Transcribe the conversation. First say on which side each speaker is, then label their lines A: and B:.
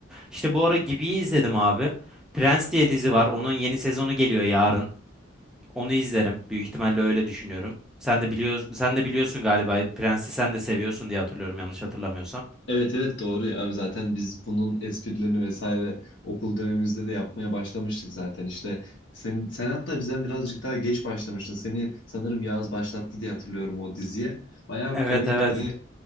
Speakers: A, in the centre; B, on the left.
A: İşte bu ara Gibi'yi izledim abi. Prens diye dizi var. Onun yeni sezonu geliyor yarın. Onu izlerim. Büyük ihtimalle öyle düşünüyorum. Sen de biliyor, sen de biliyorsun galiba Prens'i sen de seviyorsun diye hatırlıyorum yanlış hatırlamıyorsam.
B: Evet evet doğru ya abi zaten biz bunun esprilerini vesaire okul dönemimizde de yapmaya başlamıştık zaten işte sen, sen hatta bizden birazcık daha geç başlamıştın seni sanırım Yağız başlattı diye hatırlıyorum o diziye bayağı
A: Evet
B: komikti
A: evet.
B: ve